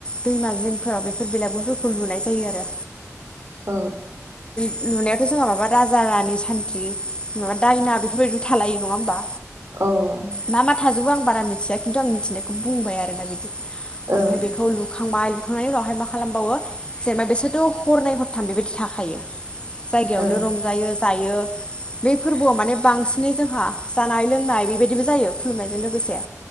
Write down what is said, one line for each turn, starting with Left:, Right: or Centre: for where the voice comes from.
Left: दैमा जिंफोराव बेफोर बिलागुरफोरखौ लुनाय जायो आरो।
Right: औ
Left: लुनायावाथ जोंहा माबा राजा रानि सान्थ्रि माबा दायना बेफोरबायदिबो थालायो नङा होमबा
Right: ओं
Left: मा मा थाजोबो आं बारा मिथिया खिन्थु आं मिथिनायखौ बुंबाय आरोना बिदि। ओमफ्राय
Right: अ
Left: बेखौ लु खांबाय लुखांनायनि उनावहाय मा खालामबावो जेनेबा बिसोरथ हरनै हरथाम बेबायदि थाखायो जायगायावनो
Right: ओं
Left: रंजायो दायो बे फोरबोआव माने बांसिनै जोंहा जानाय लोंनाय बेबायदिबो जायो खुलुमनायजों लोगोसे